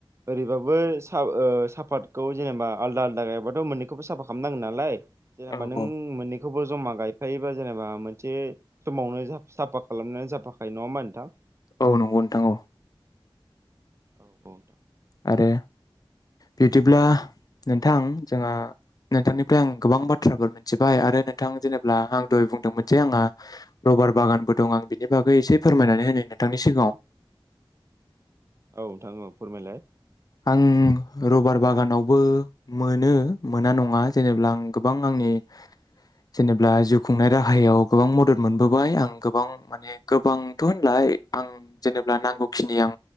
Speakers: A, on the right; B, on the left.
A: ओरैबाबो ओ सा साफातखौ जेनेबा आलदा आलादा गायाबाथ' मोननैखौबो साफात खालामनांगोन नालाय जेनेबा
B: औ
A: नों मोननै खौबो ज'मा गायफायोबा जेनेबा मोनसे समावनो <unintelligible> साफा खालामनानै जाफाखायो नङा होमबा नोंथां
B: औ नंगौ नोंथां औ
A: औ बावदों
B: आरो बिदिब्ला नोंथां जोंहा नोंथांनिफ्राय आं गोबां बाथ्राफोर मोनथिबाय आरो नोंथां जेनेब्ला आं दह बुंदोंमोन जे आंहा रबार बागानबो दं आं बिनि बागै एसे फोरमायनानै होनो नोंथांनि सिगाङाव
A: औ नोंथां औ फोरमायलाय
B: आं रबार बागानावबो मोनो मोना नङा जेनेबा आं गोबां आंनि जेनेबा जिउ खुंनाय राहायाव गोबां मदद मोनबोबाय आं गोबां माने गोबांथ' होनला आं जेबा नांगौखिनि आं